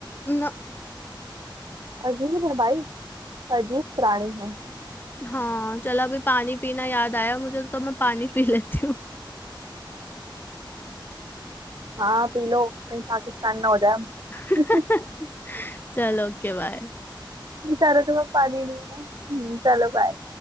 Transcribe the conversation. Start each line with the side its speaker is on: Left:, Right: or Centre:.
Left: ना
Right: अजीब है भाई अजीब प्राणी है
Left: हाँ चल अभी पानी पीना याद आया मुझे तो मैं पानी पी लेती हूँ
Right: हाँ पी लो कहीं पाकिस्तान ना हो जाए हम
Left: <laughs>
Right: <laughs>
Left: चलो ओके बाय
Right: बेचारों के पास पानी नहीं है हम्म, चलो बाय